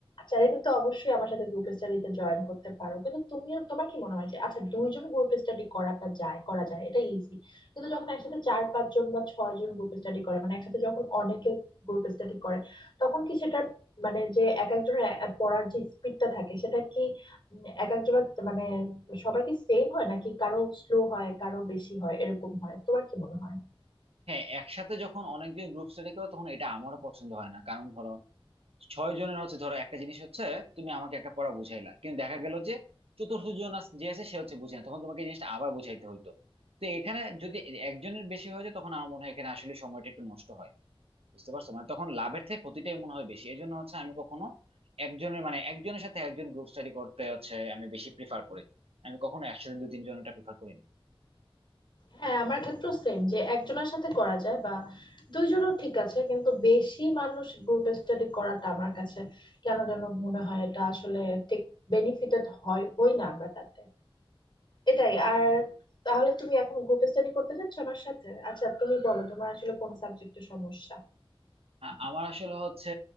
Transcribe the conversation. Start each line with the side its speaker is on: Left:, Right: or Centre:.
Left: চাইলে কিন্তু অবশ্যই আমার সাথে গ্রুপ স্টাডিতে জয়েন করতে পারো কিন্তু তুমিও তোমার কি মনে হয় যে আচ্ছা দুইজন গ্রুপ স্টাডি করাটা যায় করা যায় এটা ইজি কিন্তু যখন একসাথে চার পাঁচ জন বা ছয় জন গ্রুপ স্টাডি করে মানে একসাথে যখন অনেকে গ্রুপ স্টাডি করে তখন কি সেটা মানে যে এক একজনের এ- পড়ার যে স্পিডটা থাকে সেটা কি উম, এক একজনের মানে সবার কি সেম হয় নাকি কারো স্লো হয় কারো বেশি হয় এরকম হয় তোমার কি মনে হয়
Right: হ্যাঁ একসাথে যখন অনেকজন গ্রুপ স্টাডি করো তখন এটা আমারও পছন্দ হয় না কারণ ধরো ছয় জনের হচ্ছে ধরো একটা জিনিস হচ্ছে তুমি আমাকে একটা পড়া বুঝাইলা কিন্তু দেখা গেল যে চতুর্থ জন আস- যে আছে সে হচ্ছে বুঝে না তখন তোমাকে এই জিনিসটা আবার বুঝাইতে হইতো তো এখানে যদি একজনের বেশি হয়ে যায় তখন আমার মনে হয় এখানে আসলে সময়টা একটু নষ্ট হয় বুঝতে পারছো মানে তখন লাভের থেকে ক্ষতিটাই মনে হয় বেশি এই জন্য হচ্ছে আমি কখনো একজনের মানে একজনের সাথে একজন গ্রুপ স্টাডি করতে হচ্ছে আমি বেশি প্রিফার করি আমি কখনো একসাথে দু তিনজনটা প্রিফার করি না
Left: হ্যাঁ আমার ক্ষেত্রেও সেম যে একজনের সাথে করা যায় বা দুইজনও ঠিক আছে কিন্তু বেশি মানুষ গ্রুপ স্টাডি করাটা আমার কাছে কেন যেন মনে হয় এটা আসলে ঠিক বেনিফিটেড হয় হই না আমরা তাতে এটাই আর তাহলে তুমি এখন গ্রুপ স্টাডি করতে চাচ্ছ আমার সাথে আচ্ছা তুমি বলো তোমার আসলে কোন সাবজেক্টে সমস্যা
Right: আ- আমার আসলে হচ্ছে